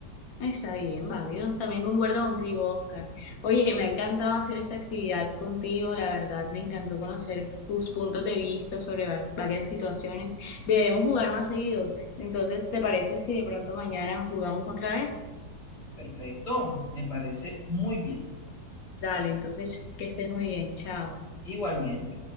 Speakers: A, on the left; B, on the left.
A: está bien, válido. También concuerdo contigo, Oscar. Oye, me ha encantado hacer esta actividad contigo, la verdad, me encantó conocer tus puntos de vista sobre va- varias situaciones. Debemos jugar más seguido. Entonces, ¿te parece si de pronto mañana jugamos otra vez?
B: Perfecto, me parece muy bien.
A: Dale, entonces, que estés muy bien, chao.
B: Igualmente.